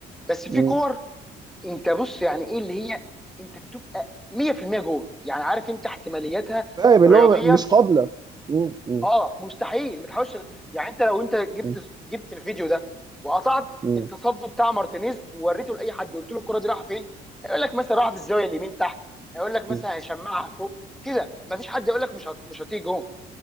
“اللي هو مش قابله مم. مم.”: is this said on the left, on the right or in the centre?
Right